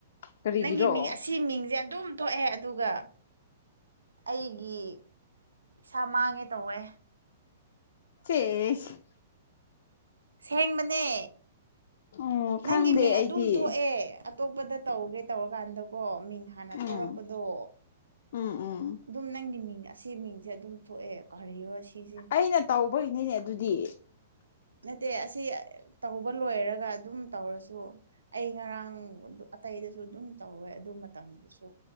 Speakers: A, on the left; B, on the right.
A: ꯀꯔꯤꯒꯤꯔꯣ
B: ꯅꯪꯒꯤ ꯃꯤꯡ ꯑꯁꯤ ꯃꯤꯡꯖꯦ ꯑꯗꯨꯝ ꯊꯣꯛꯑꯦ ꯑꯗꯨꯒ ꯑꯩꯒꯤ ꯄꯩꯁꯥ ꯃꯥꯡꯉꯦ ꯇꯧꯋꯦ
A: ꯆꯦꯁ
B: ꯁꯦꯡꯕꯅꯦ
A: ꯎꯝ
B: ꯅꯪꯒꯤ
A: ꯈꯪꯗꯦ
B: ꯃꯤꯡ
A: ꯑꯩꯗꯤ
B: ꯑꯗꯨꯝ ꯊꯣꯛꯑꯦ ꯑꯇꯣꯞꯄꯗ ꯇꯧꯒꯦ ꯇꯧꯔꯀꯥꯟꯗꯀꯣ ꯃꯤꯡ ꯍꯥꯟꯅ
A: ꯎꯝ
B: ꯊꯣꯂꯛꯄꯗꯣ
A: ꯎꯝ ꯎꯝ
B: ꯑꯗꯨꯝ ꯅꯪꯒꯤ ꯃꯤꯡ ꯑꯁꯤ ꯃꯤꯡꯁꯦ ꯑꯗꯨꯝ ꯊꯣꯛꯑꯦ ꯀꯣꯔꯤꯔꯣ ꯁꯤꯁꯦ
A: ꯑꯩꯅ ꯇꯧꯕꯒꯤꯅꯤꯅꯦ ꯑꯗꯨꯗꯤ
B: ꯅꯠꯇꯦ ꯑꯁꯤ ꯇꯧꯕ ꯂꯣꯏꯔꯒ ꯑꯗꯨꯝ ꯇꯧꯔꯁꯨ ꯑꯩ ꯉꯔꯥꯡ ꯑꯇꯩꯗꯁꯨ ꯑꯗꯨꯝ ꯇꯧꯋꯦ ꯑꯗꯨ ꯃꯇꯝꯗꯨꯁꯨ